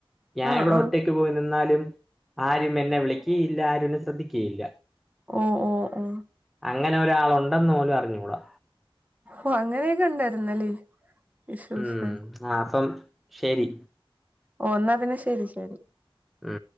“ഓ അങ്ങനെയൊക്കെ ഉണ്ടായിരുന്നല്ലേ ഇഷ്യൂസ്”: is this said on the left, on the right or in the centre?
Right